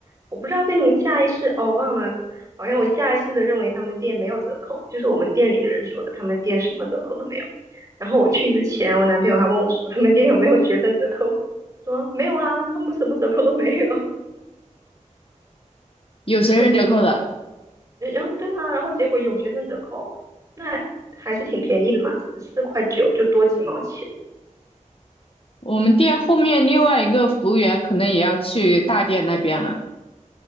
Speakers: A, on the right (about 25°); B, on the left (about 45°).
A: 我不知道为什么下意识，哦，忘了，好像我下意识的认为他们店没有折扣，就是我们店里的人说的，他们店什么折扣都没有。然后我去之前，我男朋友还问我说，他们店有没有学生折扣？说没有啊，他们什么折扣都没有。<laughs>
B: 有学生折扣的。
A: 然后结果，然后对啊，然后结果有学生折扣，那还是挺便宜的嘛，十四块九就多几毛钱。
B: 我们店后面另外一个服务员可能也要去大店那边了。